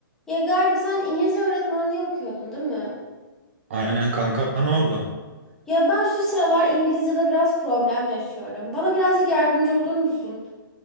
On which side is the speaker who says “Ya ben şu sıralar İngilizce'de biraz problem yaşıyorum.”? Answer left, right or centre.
Centre